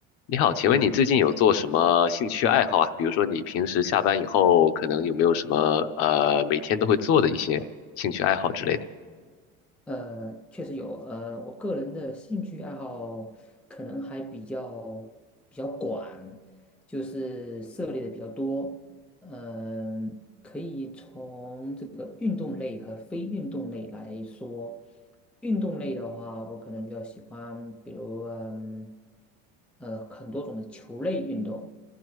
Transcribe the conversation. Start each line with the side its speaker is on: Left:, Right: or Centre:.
Left: 你好，请问你最近有做什么兴趣爱好啊？比如说你平时下班以后，可能有没有什么呃每天都会做的一些兴趣爱好之类的？
Centre: 呃，确实有，呃，我个人的兴趣爱好可能还比较比较广，就是涉猎的比较多。嗯、从这个运动类和非运动类来说，运动类的话，我可能比较喜欢，比如嗯，呃，很多种的球类运动，